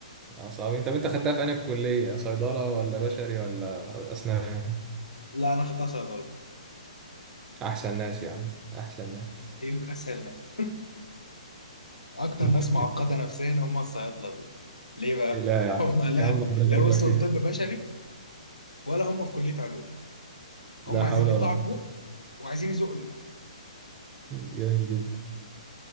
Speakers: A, on the right; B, on the left.
A: اه صعبين طب انت خدتها في انهي كلية صيدلة ولا بشري ولا اسنان
B: لا انا خدتها صيدله
A: احسن ناس يا عم احسن ناس
B: هي اسهل ناس <laughs> اكتر
A: <laughs>
B: ناس معقده نفسيا هم الصيادله دول ليه بقى
A: لا
B: <laughs>
A: يا عم
B: هم لا
A: يا عم ربنا يبارك
B: لا وصلوا
A: لك فيها
B: طب بشري ولا هم في كليه علوم
A: لا
B: هم عايزين
A: حول
B: يطلعوا
A: ولا قوة
B: لفوق وعايزين يزقوا اللي تحت
A: جميل جدا